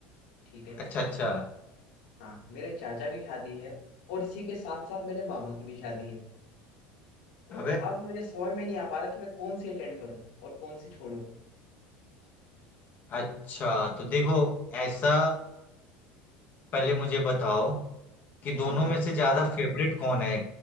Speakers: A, on the left; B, on the left.
A: ठीक है
B: अच्छा अच्छा
A: हाँ मेरे चाचा की शादी है और इसी के साथ साथ मेरे मामा की भी शादी है तो
B: अबे
A: अब मुझे समझ में नहीं आ पा रहा कि मैं कौन सी अटेंड करूँ और कौन सी छोड़ूं
B: अच्छा तो देखो ऐसा पहले मुझे बताओ कि दोनों
A: हाँ हाँ
B: में से ज्यादा फेवरेट कौन है